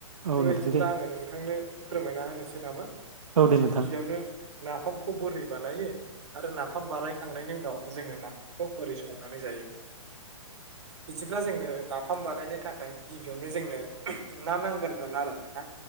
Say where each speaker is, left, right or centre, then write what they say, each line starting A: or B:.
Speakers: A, on the right; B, on the right.
A: औ
B: बेबायदिब्ला
A: नोंथां दे
B: आङो नों नोंथांनो फोरमायना होनोसै नामा
A: औ दे नोंथां
B: गुदियावनो नाफामखौ बोरै बानायो आरो नाफाम बानायखांनायनि उनाव जोङो नाफामखौ बोरै संनानै जायो बिदिब्ला जोंनो नाफाम बानायनो थाखाय गिबियावनो जोंनो ना नांग्रगोन आरो नोंथा